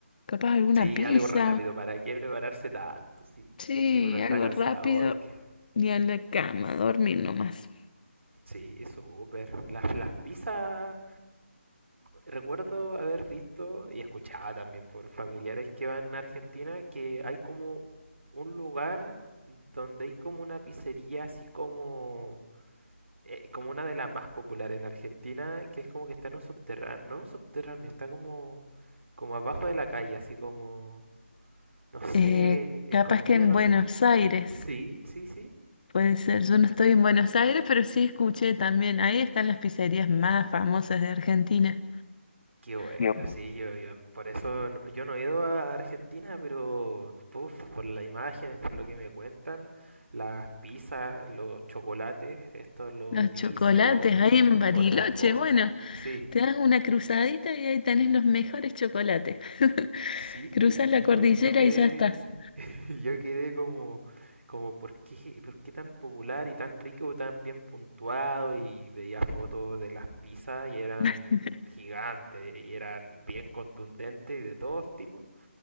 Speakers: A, on the left; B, on the right.
A: Capaz alguna
B: Sí,
A: pizza.
B: algo rápido, ¿para qué prepararse tanto? Sí,
A: Sí,
B: si uno está
A: algo
B: cansado,
A: rápido.
B: es que...
A: Y a la cama, a dormir nomás.
B: Sí, súper. Las, las pizzas, recuerdo haber visto y escuchaba también por familiares que van a Argentina que hay como un lugar donde hay como una pizzería así como eh, como una de las más populares en Argentina, que es como que está en un subterráneo, no en un subterráneo, está como, como abajo de la calle, así como, no sé,
A: Eh,
B: escondida,
A: capaz que en
B: no
A: Buenos
B: sé.
A: Aires,
B: Sí, sí, sí.
A: puede ser. Yo no estoy en Buenos Aires, pero sí escuché también. Ahí están las pizzerías más famosas de Argentina.
B: Qué bueno,
A: No.
B: sí, yo, yo- por eso no- yo no he ido a Argentina, pero puf, por las imágenes, por lo que me cuentan, las pizzas, los chocolates, estos, los
A: Los
B: vicios,
A: chocolates ahí en Bariloche.
B: otras cosas.
A: Bueno,
B: Sí,
A: te das una cruzadita y ahí tenés los mejores chocolates. <laughs>
B: Sí,
A: Cruzas
B: y
A: la cordillera
B: yo, yo quedé,
A: y ya estás.
B: <laughs> yo quedé como, como ¿por qué, por qué tan popular y tan rico, tan bien puntuado? Y veía fotos de las pizzas y eran
A: <laughs>
B: gigantes y eran bien contundentes y de todos tipos.